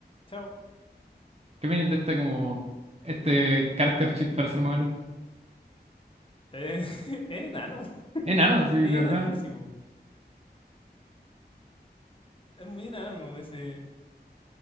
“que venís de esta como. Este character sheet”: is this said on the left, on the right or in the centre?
Right